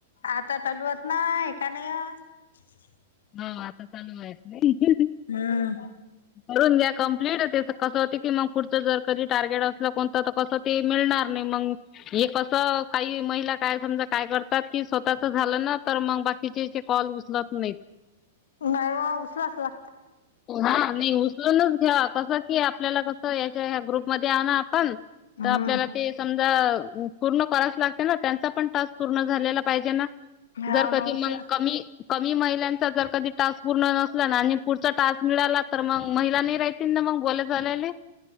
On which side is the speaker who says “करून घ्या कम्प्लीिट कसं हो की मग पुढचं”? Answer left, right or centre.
Left